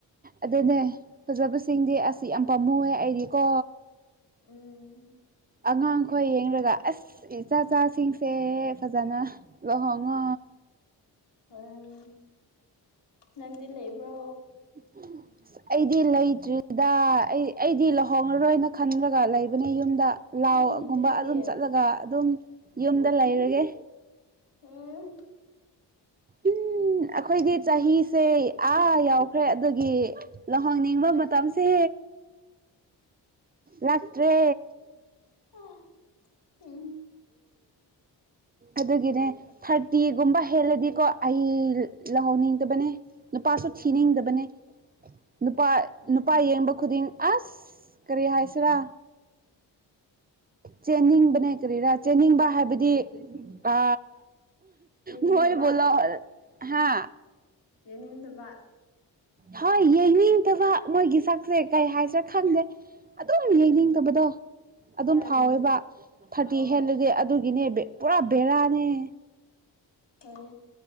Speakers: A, on the right; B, on the left.
A: ꯑꯗꯨꯅꯦ ꯐꯥꯖꯕꯁꯤꯡꯗꯤ ꯑꯥꯁ ꯌꯥꯝ ꯄꯥꯝꯃꯨꯑꯦ ꯑꯩꯗꯤꯀꯣ
B: ꯎꯝ
A: ꯑꯉꯥꯡꯈꯣꯏ ꯌꯦꯡꯂꯡꯔꯒ ꯑꯥꯁ ꯏꯆꯥ ꯆꯆꯥꯁꯤꯡꯁꯦ ꯐꯥꯖꯅ ꯂꯨꯍꯣꯡ ꯉꯣ
B: ꯍꯣꯏ ꯅꯪꯗꯤ ꯂꯩꯕ꯭ꯔꯣ
A: <inaudible> ꯑꯩꯗꯤ ꯂꯩꯇ꯭ꯔꯤꯗ ꯑꯩ ꯑꯩꯗꯤ ꯂꯨꯍꯣꯡꯉꯔꯣꯏꯅ ꯈꯟꯔꯒ ꯂꯩꯕꯅꯦ ꯌꯨꯝꯗ ꯂꯥꯎꯒꯨꯝꯕ
B: ꯑꯩ ꯀꯔꯤꯒꯤ
A: ꯑꯗꯨꯝ ꯆꯠꯂꯒ ꯑꯗꯨꯝ ꯌꯨꯝꯗ ꯂꯩꯔꯒꯦ
B: ꯎꯝ
A: ꯎꯝ ꯑꯩꯈꯣꯏꯗꯤ ꯆꯍꯤꯁꯦ ꯑꯥ ꯌꯥꯎꯈ꯭ꯔꯦ ꯑꯗꯨꯒꯤ ꯂꯧꯍꯣꯡꯅꯤꯡꯕ ꯃꯇꯝꯁꯦ ꯂꯥꯛꯇ꯭ꯔꯦ
B: ꯑꯥ ꯎꯝ
A: ꯑꯗꯨꯒꯤꯅꯦ ꯊꯥꯔꯇꯤꯒꯨꯝꯕ ꯍꯦꯜꯂꯗꯤꯀꯣ ꯑꯩ ꯂꯧꯍꯧꯅꯤꯡꯗꯕꯅꯦ ꯅꯨꯄꯥꯁꯨ ꯊꯤꯅꯤꯡꯗꯕꯅꯤ
B: ꯎꯝ
A: ꯅꯨꯄꯥ
B: ꯎꯝ
A: ꯅꯨꯄꯥ ꯌꯦꯡꯕ ꯈꯨꯗꯤꯡ ꯑꯁ ꯀꯔꯤ ꯍꯥꯏꯁꯤꯔꯥ ꯆꯦꯟꯅꯤꯡꯕꯅꯥ ꯀꯔꯤꯔꯥ ꯆꯦꯟꯅꯤꯡꯕ ꯍꯥꯏꯕꯗꯤ ꯑ
B: ꯌꯦꯡꯅꯤꯡꯗꯕ
A: ꯃꯣꯏꯕꯨ ꯂꯥꯛꯑꯣ ꯍꯥ
B: ꯌꯥꯅꯤꯡꯗꯕ
A: ꯍꯣꯏ ꯌꯦꯡꯅꯤꯡꯗꯕ ꯃꯣꯏꯒꯤ ꯁꯛꯁꯦ ꯀꯩ ꯍꯥꯏꯁꯤꯔꯥ ꯈꯪꯗꯦ ꯑꯗꯨꯝ
B: ꯎꯝ
A: ꯌꯦꯡꯅꯤꯡꯗꯕꯗꯣ ꯑꯗꯨꯝ
B: ꯍꯣꯏ
A: ꯐꯥꯎꯋꯦꯕ
B: ꯍꯣꯏ
A: ꯊꯥꯔꯇꯤ
B: ꯑꯣ
A: ꯍꯦꯜꯂꯗꯤ ꯑꯗꯨꯒꯤꯅꯦ ꯄꯨꯔꯥ ꯕꯔꯥꯅꯦꯍꯦ
B: ꯀ